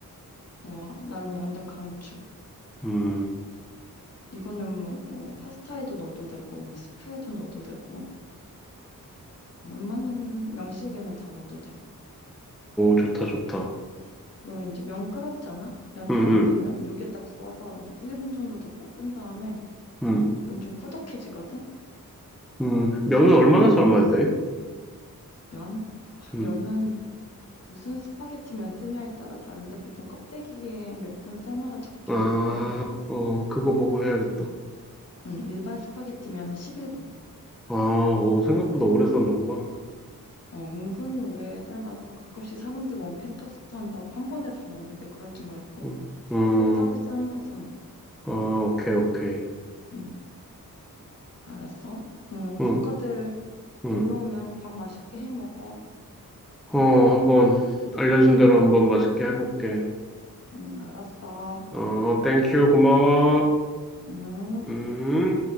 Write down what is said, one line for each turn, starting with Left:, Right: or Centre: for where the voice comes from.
Left: 와, 난 완전 강추.
Centre: 응응오
Left: 이거는 뭐 어, 파스타에도 넣어도 되고 뭐 스프에도 넣어도 되고 웬만한 양식에는 다 넣어도 돼.
Centre: 좋다 좋다
Left: 그러면 이제 면 끓었잖아? 면
Centre: 응
Left: 다
Centre: 응응
Left: 익으면 여기에다 부어서 한 1분 정도 더 볶은 다음에
Centre: 응
Left: 그럼 좀 꾸덕해지거든?
Centre: 음, 면은 얼마에서
Left: 그러고 먹으면
Centre: 얼마야 돼?
Left: 돼. 면? 아,
Centre: 음,
Left: 면은 무슨 스파게티 면 쓰냐에 따라 다른데 보통 껍데기에 몇 분 삶아라 적혀
Centre: 아,
Left: 있을 거야.
Centre: 어, 그거 보고 해야겠다.
Left: 응, 일반 스파게티 면은 11분.
Centre: 아, 오, 생각보다 오래 썼는구나.
Left: 어, 은근 오래 삶아서 가끔씩 사람들 원팬 파스타 한다고 한 번에 다 넣는데 그러지 말고
Centre: 음, 음,
Left: 꼭 따로 삶아서 넣어.
Centre: 아, 오케이, 오케이.
Left: 응, 알았어. 응,
Centre: 음,
Left: 조카들
Centre: 음,
Left: 놀러 오면 밥 맛있게 해 먹어.
Centre: 어, 한번 알려준 대로 한번 맛있게 해볼게.
Left: 응, 알았어.
Centre: 어, 땡큐, 고마워.
Left: 응.
Centre: 음.